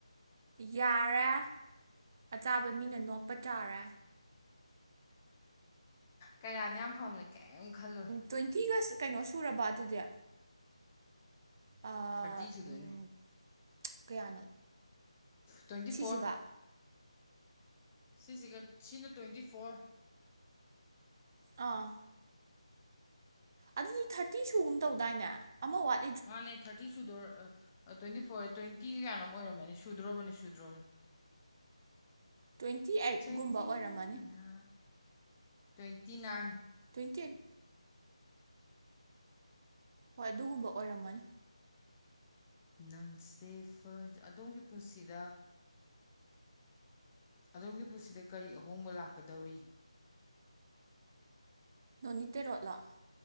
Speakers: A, on the right; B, on the left.
A: ꯌꯥꯔꯦ ꯑꯆꯥꯕ ꯃꯤꯅ ꯅꯣꯛꯄ ꯇꯥ ꯔꯦ
B: ꯀꯩꯔꯥꯗꯤ ꯌꯥꯝ ꯐꯕꯅꯤ ꯀꯩꯏꯝ ꯈꯜꯂꯣꯏ
A: ꯇꯣꯏꯟꯇꯤꯒ ꯀꯩꯅꯣ ꯁꯨꯔꯕ ꯑꯗꯨꯗꯤ ꯑꯥ
B: ꯊꯔꯇꯤ ꯁꯨꯗꯣꯏꯅꯦ
A: ꯎꯝ ꯀꯌꯥꯅꯣ
B: ꯇꯣꯏꯟꯇꯤ
A: ꯁꯤꯁꯤꯒ
B: ꯐꯣꯔ ꯁꯤꯖꯤꯒ ꯁꯤꯅ ꯇꯣꯏꯟꯇꯤ ꯐꯣꯔ
A: ꯑꯥ ꯑꯗꯨꯗꯤ ꯊꯥꯔꯇꯤ ꯁꯨꯒꯨꯝ ꯇꯧꯗꯥꯏꯅꯦ ꯑꯃ ꯋꯥꯠ
B: ꯃꯥꯅꯦ ꯊꯥꯔꯇꯤ ꯁꯨꯗꯣꯔ ꯇꯣꯏꯟꯇꯤ ꯐꯣꯔ ꯇꯣꯏꯟꯇꯤ ꯒ ꯀꯥꯌꯥꯅꯣꯝ ꯑꯣꯏꯔꯝꯃꯅꯤ ꯁꯨꯗ꯭ꯔꯣꯕꯅꯤ ꯁꯨꯗ꯭ꯔꯣꯕꯅꯤ
A: ꯇ꯭ꯋꯦꯟꯇꯤ ꯑꯩꯠꯒꯨꯝꯕ
B: ꯆꯦꯛꯄꯤꯌꯥ
A: ꯑꯣꯏꯔꯝꯃꯅꯤ
B: ꯇꯣꯏꯟꯇꯤ ꯅꯥꯏꯟ
A: ꯇꯣꯏꯟꯇꯤ ꯑꯩꯏꯠ ꯍꯣꯏ ꯑꯗꯨꯒꯨꯝꯕ ꯑꯣꯏꯔꯝꯃꯅꯤ
B: ꯅꯪꯁꯦꯐ ꯑꯗꯣꯝꯒꯤ ꯄꯨꯟꯁꯤꯗ ꯑꯗꯣꯝꯒꯤ ꯄꯨꯟꯁꯤꯗ ꯀꯔꯤ ꯑꯍꯣꯡꯕ ꯂꯥꯛꯀꯗꯧꯔꯤ
A: ꯅꯣꯅꯤꯇꯦ ꯔꯣꯠꯂꫭ